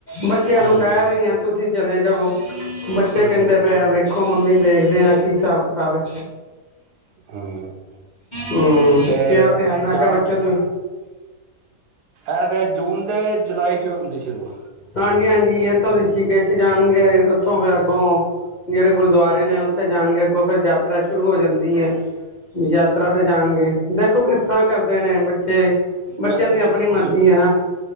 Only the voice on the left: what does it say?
ਬੱਚਿਆਂ
ਨੂੰ ਕਹਿ ਰਹੀ ਆ ਤੁਸੀਂ ਚਲੇ ਜਾਵੋ ਬੱਚੇ
ਕਹਿੰਦੇ ਪਏ ਆ ਵੇਖ। ਦੇਖੋ ਮੰਮੀ ਦੇਖਦੇ ਆਂ ਕੀ ਹਿਸਾਬ ਕਿਤਾਬ ਏ।
ਹੂੰ
ਕਿਹਾ ਹੈ ਮੈਂ
ਕਿਹਾ ਬੱਚੋ ਤੁਸੀਂ
ਹਾਂਜੀ ਹਾਂਜੀ ਯੇ ਤੋਂ ਰਿਸ਼ੀਕੇਸ਼ ਜਾਣਗੇ ਉੱਥੋਂ ਫੇਰ ਅੱਗੋਂ। ਜਿਹੜੇ ਗੁਰਦੁਆਰੇ ਨੇ ਉੱਥੇ ਜਾਣਗੇ ਅੱਗੋਂ। ਫਿਰ ਯਾਤਰਾ ਸ਼ੁਰੂ ਹੋ ਜਾਂਦੀ ਹੈ। ਯਾਤਰਾ ਤੇ ਜਾਣਗੇ ਦੇਖੋ ਕਿਸ ਤਰ੍ਹਾਂ ਕਰਦੇ ਨੇ। ਤੇ ਬੱਚਿਆਂ
ਦੀ ਆਪਣੀ ਮਰਜ਼ੀ
ਹੈ ਨਾ।